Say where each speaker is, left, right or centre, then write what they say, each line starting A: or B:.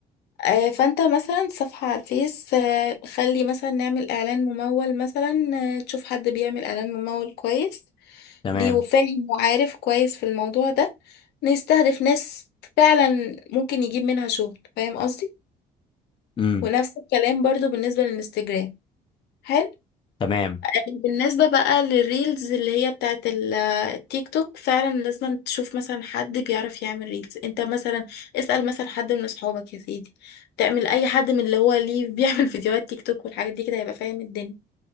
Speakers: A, on the left; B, on the left.
A: آه فأنت مثلا صفحة على الفيس آه خلي مثلا نعمل إعلان ممول مثلا آه تشوف حد بيعمل إعلان ممول كويس
B: تمام
A: ليه وفاهم وعارف كويس في الموضوع ده نستهدف ناس فعلا ممكن يجيب منها شغل فاهم قصدي
B: امم
A: ونفس الكلام برضو بالنسبة للانستجرام حلو
B: تمام
A: يعني بالنسبة بقى للريلز اللي هي بتاعت ال- التيك توك فعلا لازم تشوف مثلا حد بيعرف يعمل ريلز انت مثلا اسأل مثلا حد من اصحابك يا سيدي تعمل اي حد من اللي هو ليه بيعمل <laughs> فيديوهات تيك توك والحاجات دي كده هيبقى فاهم الدنيا